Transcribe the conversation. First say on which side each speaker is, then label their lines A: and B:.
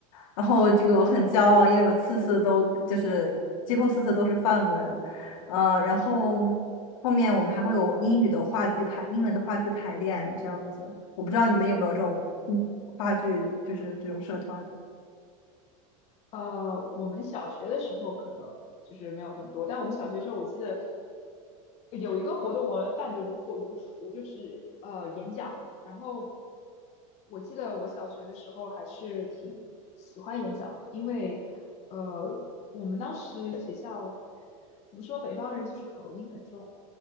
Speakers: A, on the left; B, on the left.
A: 然后这个我很骄傲，
B: 嗯
A: 因为我次次都就是几乎次次都是范文，呃，然后。
B: 嗯。
A: 后面我们还会有英语的话剧排，英文的话剧排练这样子。我不知道你们有没有这种嗯话剧，就是这种社团。
B: 呃，我们小学的时候可能就是没有这么多，但我们小学的时候我记得有一个活动，我们办得如火如荼，就是呃演讲。然后我记得我小学的时候还是挺喜欢演讲的，因为呃我们当时学校怎么说，北方人就是口音很重。